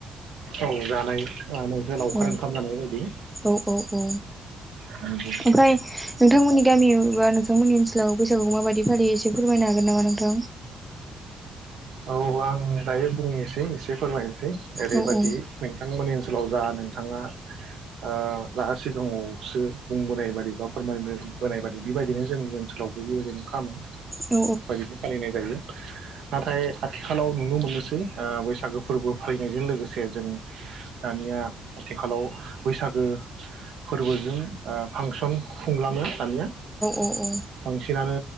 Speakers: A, on the right; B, in the centre.
A: औ जानाय आ नोंसोर लावखार
B: औ
A: ओंखाम जानाय बायदि
B: औ औ औ
A: नंगौ
B: ओमफ्राय नोंथांमोननि गामि बा नोंथांमोननि ओनसोलाव बैसागुखौ माबायदि फालियो एसे फोरमायनो हागोन नामा नोंथां?
A: औ आं दायो बुंनोसै एसे फोरमायनोसै। ओरैबायदि
B: औ औ
A: नोंथांमोननि ओनस ओनसोलाव जा नोंथाङा ओ जा सिगाङावसो बुंबोनाय बादि बा फोरमाय बोनाय बादि बेबायदिनो जोंनि ओनसोलावबो बेबायदिनो खालामो ।
B: औ
A: बायदिनो फालिनाय जायो । नाथाय आथिखालाव नुनो मोननोसै ओ बैसागो फोरबो फालिनायजों लोगोसे जों दानिया आथिखालाव बैसागो फोरबोजों ओ फांसन खुंलाङो । दानिया
B: औ औ
A: बांसिनानो